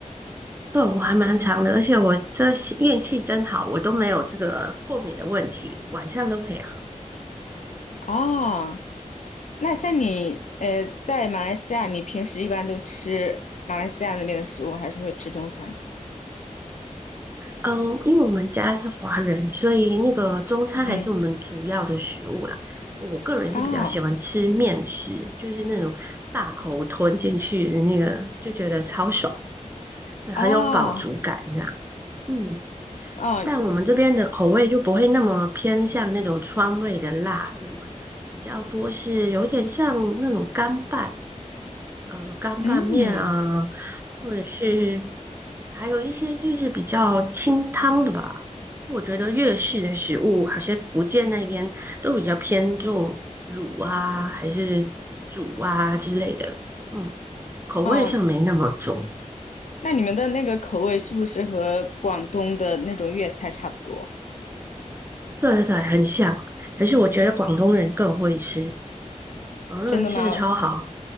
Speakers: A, on the right; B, on the left.
A: 对，我还蛮长的，而且我这些运气真好，我都没有这个过敏的问题，晚上都可以喝。
B: 啊，那像你呃，在马来西亚，你平时一般都吃马来西亚那边的食物，还是会吃中餐？
A: 嗯，因为我们家是华人，所以那个中餐还是我们主要的食物啦。
B: 嗯，
A: 我个人是比较喜欢吃面食，
B: 啊
A: 就是那种大口吞进去的那个，就觉得超爽，
B: 啊
A: 很有饱足感这样。嗯，
B: 啊，
A: 但我们这边的口味就不会那么偏向那种川味的辣度，比较多是有点像那种干拌。呃干拌面啊，
B: 嗯
A: 或者是还有一些就是比较清汤的吧。我觉得粤式的食物，好像福建那边都比较偏重卤啊，还是煮啊之类的，嗯，口味上没那么重。
B: 哦。那你们的那个口味是不是和广东的那种粤菜差不多？
A: 对对对，很像。可是我觉得广东人更会吃，广东人吃的超好。
B: 真的吗？